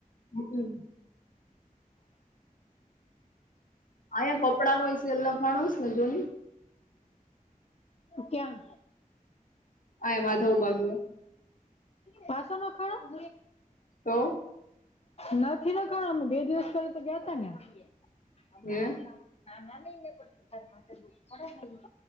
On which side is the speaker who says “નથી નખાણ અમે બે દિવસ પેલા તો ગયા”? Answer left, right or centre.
Left